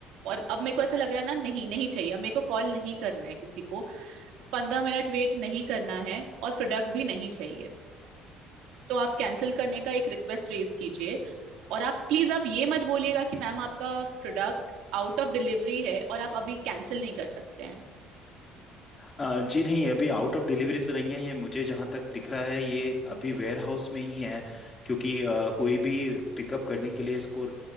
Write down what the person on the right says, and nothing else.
और अब मेरे को ऐसा लग रहा है ना नहीं नहीं चाहिए अब मेरे को कॉल नहीं करना है किसी को पंद्रह मिनट वेट नहीं करना है और प्रोडक्ट भी नहीं चाहिए तो आप कैंसिल करने का एक रिक्वेस्ट रेज कीजिए और आप प्लीज आप ये मत बोलिएगा कि मैम आपका प्रोडक्ट आउट ऑफ डिलीवरी है और आप अभी कैंसिल नहीं कर सकते हैं